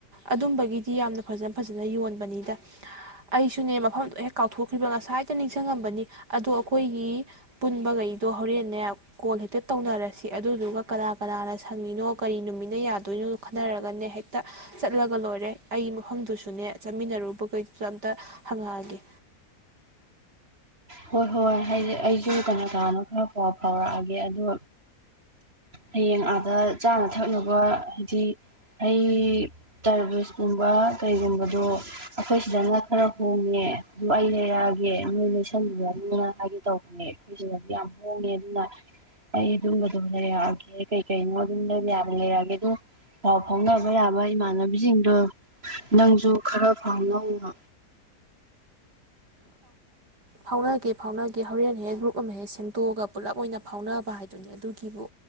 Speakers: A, on the right; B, on the right.
A: ꯑꯗꯨꯝꯕꯒꯤꯗꯤ ꯌꯥꯝꯅ꯫ ꯐꯖꯅ ꯐꯖꯅ ꯌꯣꯟꯕꯅꯤꯗ꯫ ꯑꯩꯁꯨꯅꯦ ꯃꯐꯝꯗꯣ ꯍꯦꯛ ꯀꯥꯎꯊꯣꯛꯈ꯭ꯔꯤꯕ ꯉꯁꯥꯏꯗ ꯅꯤꯡꯁꯤꯡꯉꯝꯕꯅꯤ ꯑꯗꯣ ꯑꯈꯣꯏꯒꯤ ꯄꯨꯟꯕꯈꯩꯗꯣ ꯍꯣꯔꯦꯟ꯫ ꯅꯦ ꯀꯣꯜ ꯍꯦꯛꯇ ꯇꯧꯅꯔꯁꯤ ꯑꯗꯨꯗꯨꯒ ꯀꯅꯥ ꯀꯅꯥꯅ ꯁꯪꯉꯤꯅꯣ ꯀꯔꯤ ꯅꯨꯃꯤꯠꯅ ꯌꯥꯗꯣꯏꯅꯣꯗꫭ ꯈꯟꯅꯔꯒꯅꯦ ꯍꯦꯛꯇ ꯆꯠꯂꯒ ꯂꯣꯏꯔꯦ ꯑꯩ꯫ ꯃꯐꯝꯗꯨꯁꯨꯅꯦ ꯆꯥꯃꯤꯟꯅꯔꯨꯕꯈꯩꯗꯨꯁꯨ ꯑꯝꯇ ꯍꯪꯉꯛꯑꯒꯦ꯫
B: ꯍꯣꯏ ꯍꯣꯏ ꯍꯥꯏꯗꯤ ꯑꯩꯁꯨ ꯀꯩꯅꯣ ꯀꯅꯣ ꯈꯔ ꯐꯥꯎꯕ ꯐꯥꯎꯔꯛꯑꯒꯦ ꯑꯗꯣ꯫ ꯍꯌꯦꯡ ꯑꯥꯗ ꯆꯥꯅ ꯊꯛꯅꯕ ꯍꯥꯏꯗꯤ ꯍꯩ ꯇꯔꯕꯤꯁꯀꯨꯝꯕ ꯀꯩꯒꯨꯝꯕꯗꯣ ꯑꯈꯣꯏ ꯁꯤꯗꯅ ꯈꯔ ꯍꯣꯡꯉꯦ ꯑꯗꯨ ꯑꯩ ꯂꯩꯔꯛꯑꯒꯦ ꯅꯣꯏ ꯂꯣꯏꯁꯟꯕꯗ ꯑꯗꯨꯅ ꯍꯥꯏꯒꯦ ꯇꯧꯕꯅꯦ ꯑꯈꯣꯏ ꯁꯤꯗꯗꯤ ꯌꯥꯝ ꯍꯣꯡꯉꯦ ꯑꯗꯨꯅ ꯑꯩ ꯑꯗꯨꯝꯕꯗꯣ ꯂꯩꯔꯛꯑꯒꯦ꯫ ꯀꯩ ꯀꯩꯅꯣ ꯑꯗꯨꯝꯕ ꯂꯩꯔꯛꯑꯒꯦ ꯑꯗꫭ ꯄꯥꯎ ꯐꯥꯎꯅꯕ ꯌꯥꯕ ꯏꯃꯥꯟꯅꯕꯤꯁꯤꯡꯗꯣ ꯅꯪꯁꯨ ꯈꯔ ꯐꯥꯎꯅꯧꯑꯣ꯫
A: ꯐꯥꯎꯅꯒꯦ ꯐꯥꯎꯅꯒꯦ ꯍꯣꯔꯦꯟ ꯍꯦꯛ ꯒ꯭ꯔꯨꯞ ꯑꯃ ꯍꯦꯛ ꯁꯦꯝꯗꯣꯛꯑꯒ ꯄꯨꯂꯞ ꯑꯣꯏꯅ ꯐꯥꯎꯅꯕ ꯍꯥꯏꯗꯨꯅꯦ ꯑꯗꯨꯒꯤꯕꯨ